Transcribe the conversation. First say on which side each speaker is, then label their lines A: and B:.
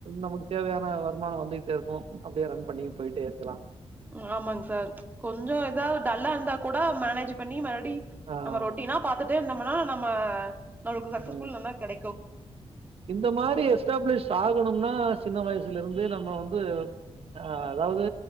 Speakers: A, on the right; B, on the right.
A: நமக்கு தேவையான வருமானொ வந்துகிட்டே இருக்கு அப்டியே ரன் பண்ணி போயிட்டே இருக்கலா
B: ம் ஆமாங் சார் கொஞ்சோ எதாவ் டல்லா இருந்தா கூட மேனேஜ் பண்ணி மறுபடி
A: ஆம்.
B: நம்ம ரொட்டீனா பாத்துட் டு நம்மளால நம்ம நம்ள்க்கு சக்சஸ்ஃபுல்
A: ம்.
B: நல்லா கெடைக்கு
A: இந்த மாரி எஸ்டாப்ளிஷ் ஆகணும்னா சின்ன வயசுல இருந்தே நம்ம வந்து ஆ அதாவ்து